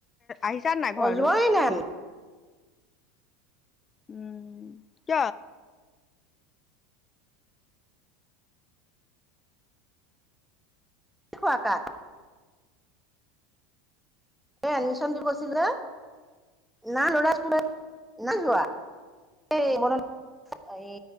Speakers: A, on the left; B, in the centre.
A: আহিছা নাই ঘৰলৈ?
B: অ যোৱাই নাই
A: উম ক
B: দেখ কাত এ এডমিচন দিিবৈছিলে না লৰা স্কুলত না যোৱা এই ব এই